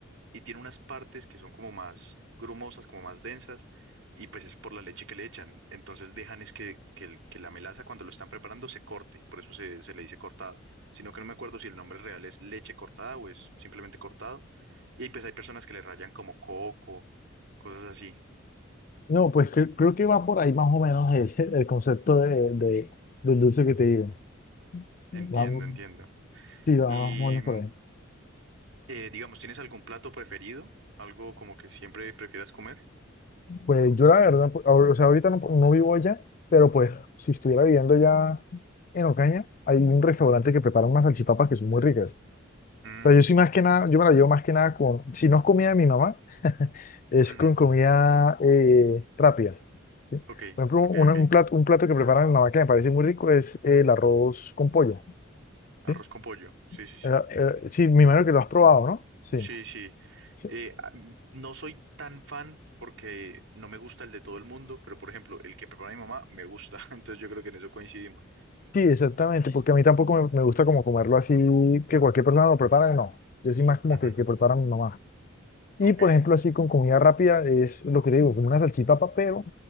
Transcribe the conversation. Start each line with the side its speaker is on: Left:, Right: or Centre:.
Right: y tiene unas partes que son como más grumosas, como más densas, y pues es por la leche que le echan. Entonces dejan es que, que, el- que la melaza cuando lo están preparando se corte, por eso se, se le dice cortado. Sino que no me acuerdo si el nombre real es leche cortada o es simplemente cortado. Y ahí pues hay personas que le rayan como coco, cosas así.
Left: No, pues cre- creo que va por ahí más o menos el, <laughs> el concepto de, de- del dulce que te digo.
Right: Entiendo,
Left: Vamos,
Right: entiendo.
Left: sí, va
Right: Y
Left: más o menos
Right: mm,
Left: por ahí.
Right: eh, digamos, ¿tienes algún plato preferido? ¿Algo como que siempre prefieras comer?
Left: Pues yo la verdad, pues, ahor- o sea, ahorita no, no vivo allá, pero pues si estuviera viviendo allá en Ocaña, hay un restaurante que prepara unas salchipapas que son muy ricas. O
Right: Mm,
Left: sea, yo sí más que nada, yo me la llevo más que nada con, si no es comida de mi mamá, <laughs> es
Right: ujú,
Left: con comida eh, rápida. ¿sí?
Right: Ok,
Left: Por ejemplo,
Right: ok,
Left: un
Right: ok.
Left: un plato, un plato que prepara mi mamá que me parece muy rico es el arroz con pollo.
Right: Arroz
Left: ¿sí?
Right: con pollo. Sí, sí, sí.
Left: Era- era- sí, me imagino que lo has probado, ¿no? Sí.
Right: Sí, sí.
Left: Sí,
Right: Eh, a- m- no soy tan fan porque no me gusta el de todo el mundo, pero por ejemplo, el que prepara mi mamá me gusta, <laughs> entonces yo creo que en eso coincidimos.
Left: sí, exactamente, porque a mí tampoco me, me gusta como comerlo así, que cualquier persona lo prepara, no. Yo sí más como
Right: Ujú,
Left: que, que prepara mi mamá. Y
Right: ok.
Left: por ejemplo, así con comida rápida es lo que te digo, como una salchipapa, pero